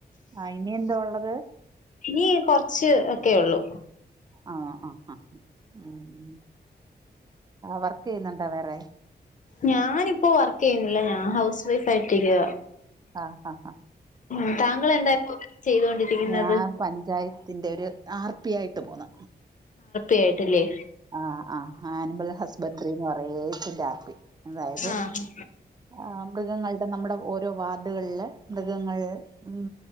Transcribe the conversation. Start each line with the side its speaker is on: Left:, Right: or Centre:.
Right: ആഹ് ഇനി എന്തുവാ ഒള്ളത്.
Left: ഇനി കൊറച്ച് ഒക്കെയൊള്ളൂ.
Right: ആ ആ ആ ഉം ഉം വർക്ക് ചെയ്യുന്നുണ്ടോ വേറെ
Left: ഞാനിപ്പോ വർക്ക് ചെയ്യുന്നില്ല ഞാൻ ഹൗസ് വൈഫ് ആയിട്ടിരിക്ക
Right: ആഹാ ആഹാ ആഹാ
Left: ഉം താങ്കൾ എന്താ ഇപ്പൊ ചെയ്തോണ്ടിരിക്കുന്നത്
Right: ഞാൻ പഞ്ചായത്തിന്റെ ഒരു ആർ പി ആയിട്ട് പോണ്
Left: കേട്ടിലേ
Right: ആഹ് ആ ആനിമൽ ഹസ്ബൻഡറിന്ന് കുറേ ചി ആർപ്പി അതായത്
Left: ആഹ്
Right: ആഹാ മൃഗങ്ങളുടെ നമ്മുടെ ഓരോ വാർഡുകളില് മൃഗങ്ങൾ ഉം